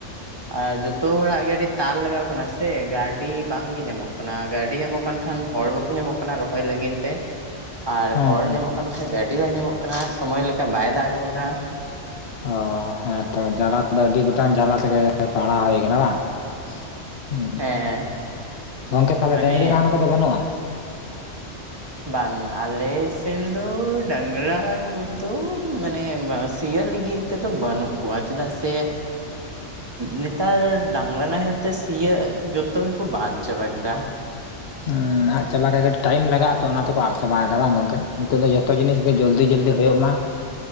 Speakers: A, on the right; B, on the left.
A: ᱟᱨ ᱡᱚᱛᱚ ᱦᱚᱲᱟᱜ ᱜᱮ ᱟᱹᱰᱤ ᱛᱟᱞ ᱞᱟᱜᱟᱣ ᱠᱟᱱᱟ ᱥᱮ ᱜᱟᱹᱰᱤ ᱵᱟᱝ ᱜᱮ ᱧᱟᱢᱚᱜ ᱠᱟᱱᱟ ᱜᱟᱹᱰᱤ ᱧᱟᱢᱚᱜ ᱠᱟᱱ ᱠᱷᱟᱱᱼᱼ ᱠᱷᱟᱱ ᱦᱚᱲ ᱵᱟᱠᱚ ᱧᱟᱢᱚᱜ ᱠᱟᱱᱟ ᱨᱚᱦᱚᱭ ᱞᱟᱹᱜᱤᱫ ᱛᱮ᱾ ᱟᱨ
B: ᱦᱮᱸ
A: ᱦᱚᱲ
B: ᱦᱮᱸ
A: ᱧᱟᱢᱚᱜ ᱠᱟᱱ ᱠᱷᱟᱡ ᱜᱟᱹᱰᱤ ᱵᱟᱭ ᱧᱟᱢᱚᱜ ᱠᱟᱱᱟ ᱥᱚᱢᱚᱭ ᱞᱮᱠᱟ ᱵᱟᱭ ᱫᱟᱜ ᱜᱚᱫ ᱫᱟᱼᱼ
B: ᱚ ᱦᱮᱸᱛᱚ ᱡᱟᱞᱟ ᱫᱚ ᱟᱹᱰᱤ ᱜᱚᱴᱟᱝ ᱡᱟᱞᱟ ᱛᱮᱜᱮ ᱯᱟᱲᱟᱣ ᱦᱩᱭ ᱠᱟᱱᱟ ᱵᱟᱝ? ᱦᱩᱸ
A: ᱦᱮᱸ
B: ᱜᱚᱝᱠᱮ ᱛᱟᱦᱚᱞᱮ
A: ᱢᱟᱱᱮ
B: ᱰᱟᱝᱨᱤ ᱱᱟᱦᱮᱞ ᱠᱚᱫᱚ ᱵᱟᱹᱱᱩᱜᱼᱟ?
A: ᱵᱟᱝ ᱟᱞᱮ ᱥᱮᱱ ᱫᱚ ᱰᱟᱝᱨᱟ ᱠᱚᱫᱚ ᱢᱟᱱᱮ ᱥᱤᱭᱚᱜ ᱞᱟᱹᱜᱤᱫᱼᱼ ᱛᱮᱫ ᱫᱚ ᱵᱟᱹᱱᱩᱜ ᱠᱚᱣᱟ ᱪᱮᱫᱟᱜ ᱥᱮᱼᱼ ᱱᱮᱛᱟᱨ ᱰᱟᱝᱨᱟ ᱱᱟᱦᱮᱞ ᱛᱮ ᱥᱤᱭᱳᱜ ᱡᱚᱛᱚ ᱜᱮᱠᱚ ᱵᱟᱫ ᱪᱟᱵᱟ ᱠᱮᱫᱟᱼᱼ
B: ᱦᱩᱸ ᱟᱫ ᱪᱟᱵᱟ ᱴᱟᱭᱤᱢ ᱞᱟᱜᱟᱜᱼᱟ ᱛᱚ ᱚᱱᱟᱛᱮᱠᱚ ᱟᱫ ᱪᱟᱵᱟᱭᱮᱫᱟ ᱵᱟᱝ ᱜᱚᱝᱠᱮ? ᱱᱤᱛᱚᱜ ᱫᱚ ᱡᱷᱚᱛᱚ ᱡᱤᱱᱤᱥ ᱜᱮ ᱡᱚᱞᱫᱤ ᱡᱚᱞᱫᱤ ᱦᱩᱭᱩᱜ ᱢᱟᱼᱼ